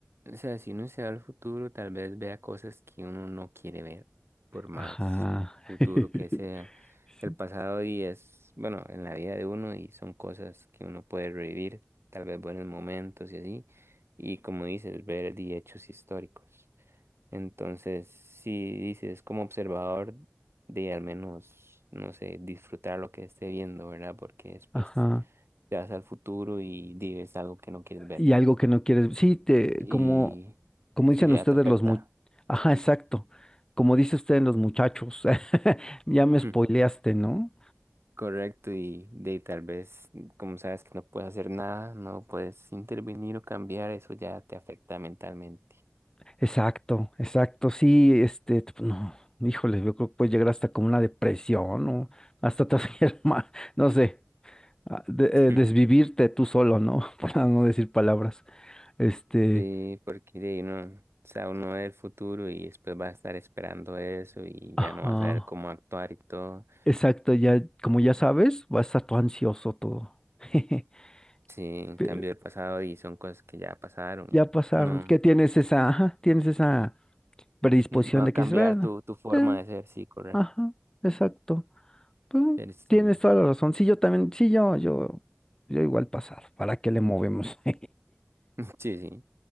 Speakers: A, on the right; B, on the left.
A: o sea, si uno se va al futuro, tal vez vea cosas que uno no quiere ver, por más
B: Ajá.
A: futuro
B: <laughs>
A: que sea. El
B: Sí.
A: pasado y es, bueno, en la vida de uno y son cosas que uno puede revivir, tal vez buenos momentos y así. Y como dices, ver di hechos históricos. Entonces, si dices como observador de al menos, no sé, disfrutar lo que esté viendo, ¿verdad? Porque después
B: Ajá.
A: te vas al futuro y dices algo que no quieres ver
B: Y algo que no quieres. Sí, te,
A: y
B: como, como
A: sí,
B: dicen
A: ya
B: ustedes
A: te afecta.
B: los mu... Ajá, exacto. Como dice usted en los muchachos. <laughs> Ya me spoileaste,
A: Mm,
B: ¿no?
A: Correcto, y de ahí tal vez, como sabes que no puedes hacer nada, no puedes intervenir o cambiar, eso ya te afecta mentalmente.
B: Exacto, exacto, sí, este, t- no, híjole, yo creo que puede llegar hasta como una depresión o hasta te hacer <laughs> ma- no sé, a- de-
A: Mm.
B: eh, desvivirte tú solo, ¿no? <laughs> Para no decir palabras. Este,
A: Sí, porque de ahí no, o sea, uno ve el futuro y después va a estar esperando eso y
B: ajá,
A: ya no va a saber cómo actuar y todo.
B: exacto, ya, como ya sabes, vas a estar todo ansioso todo. <laughs>
A: Sí, en
B: Pero
A: cambio el pasado y son cosas que ya pasaron
B: ya
A: y
B: pasaron,
A: no,
B: que tienes esa, ajá, tienes esa predisposición
A: no va a
B: de
A: cambiar
B: que es bueno,
A: tu, tu forma
B: eh,
A: de ser, sí, correcto.
B: ajá, exacto. Mm,
A: Pero sí,
B: Tienes toda la razón. Sí, yo también, sí, yo, yo, yo igual pasar. ¿Para qué le movemos? <laughs>
A: <laughs> sí, sí.